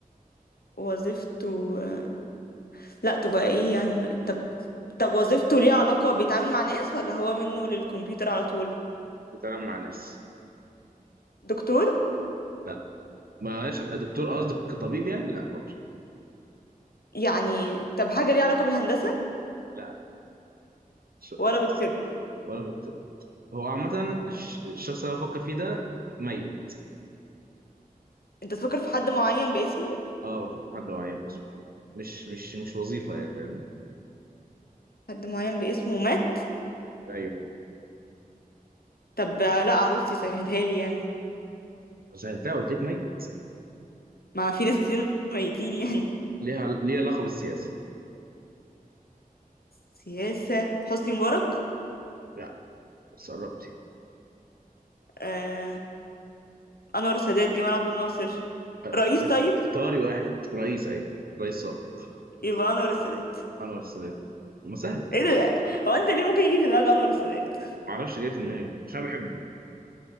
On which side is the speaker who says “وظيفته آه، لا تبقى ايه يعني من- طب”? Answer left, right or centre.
Left